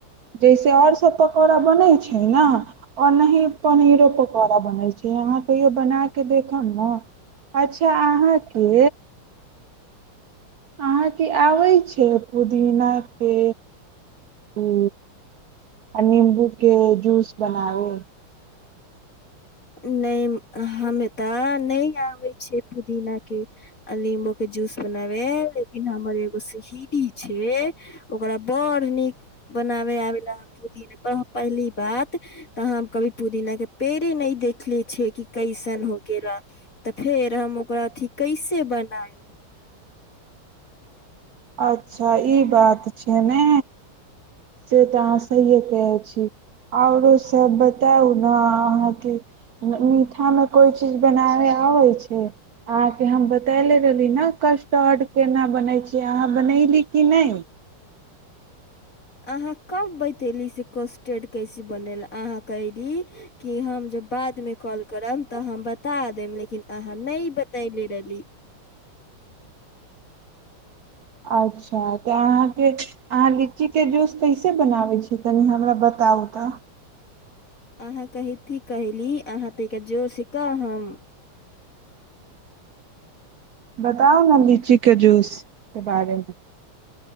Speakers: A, on the right (about 65°); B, on the left (about 40°).
A: जैसे आओर सभ पकौड़ा बनैत छै ने ओऔना पनीरो पकौड़ा बन छै यहा तहियो बना के देखब ने अचछा अहाँके आ अथी आबै छै पुदीनाके ओ आ नीमबू के जूस बनाव <inaudible>
B: नहि हमे तऽ न आबे छै पुदीना के आ लीम्बो के जूस बनाबे लेकिन हमर एगो सहडी छै ओकरा बड़ नीक बनाब आला पुदीना पहली बात तऽ कभी पुदीना के पेड़े नहि देख देखले छियै कि कैसन हो गेला तऽ फेर हम ओकरा अथी कैसे बनायब
A: अच्छा ई बात छै ने से तऽ अहाँ स आओरो सब बताउ ने अहाँके मीठा मे कोइ चीज बनाबे आबै छै अहाँके हम बतले रहली ने कस्टर्ड केना बनै छै जे अहाँ बनयली कि नहि
B: अहाँ कब बतेली से कॉस्टेड कैसे बनल अहाँ कयली कि हम जब बादमे कॉल करब तऽ हम बता देब लेकिन अहाँ नहि बतैले रहली
A: अच्छा अच् तऽ अहाँके अहाँ लीची के जूस कैसे बनाबै छी तनि हमरा बता बता उतऽ
B: अहाँ कहैतथिी कहयली अहाँ ताहिके जोरसँ कह हम
A: बताउ ने लीचीके जूसके बारेमे